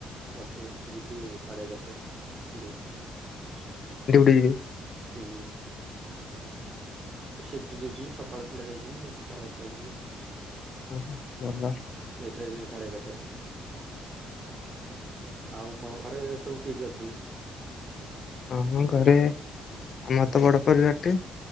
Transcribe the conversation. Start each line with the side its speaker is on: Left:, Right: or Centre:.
Right: ଅଛି। ଯିବି ସାଢ଼େ ଏଗାରଟାରେ ଡିଉଟି।
Left: ଏଟା ଗୋଟେ ଇଏ।
Right: ହୁଁ। ସିଫ୍ଟି ଡ଼ିଉଟି ସକାଳେ ପିଲା ଯାଇଛନ୍ତି। ସାଢ଼େ ଆଠଟାରେ ଯିବେ।
Left: ଓଃ ଭଲ।।
Right: ନା ସେଇ ସାଡ଼େ ଏଗାରଟାରେ। ଆଉ କଣ ଘରେ ସବୁ କିଏ କିଏ ଅଛନ୍ତି?
Left: ଆମ ଘରେ ଆମର ତ ବଡ ପରିବାର ଟେ।